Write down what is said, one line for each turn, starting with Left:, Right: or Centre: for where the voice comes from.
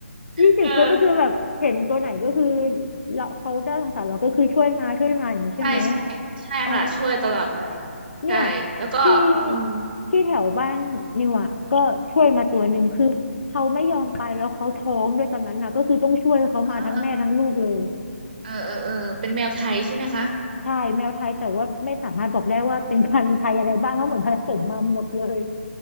Left: ยี่สิบตัวก็คือแบบเห็นตัวไหนก็คือ
Right: เออ
Left: เราเขาได้สงสารเราก็คือช่วยมาช่วยมาอย่างนี้ใช่ไหม
Right: ใช่ใช่ใช่ค่ะช่วยตลอดเลย
Left: อ๋อเนี่ย
Right: ใช่แล้วก็อืม
Left: ที่ที่แถวบ้านนิวอ่ะก็ช่วยมาตัวหนึ่งคือเขาไม่ยอมไปแล้วเขาท้องด้วยตอนนั้นน่ะก็คือต้องช่วยเขามาทั้งแม่ทั้งลูกเลย
Right: เออเออเออเออเออเป็นแมวไทยใช่ไหมคะ
Left: ใช่แมวไทยแต่ว่าไม่สามารถบอกได้ว่าเป็นพันธุ์ไทยอะไรบ้างเพราะเหมือนผสมมาหมดเลย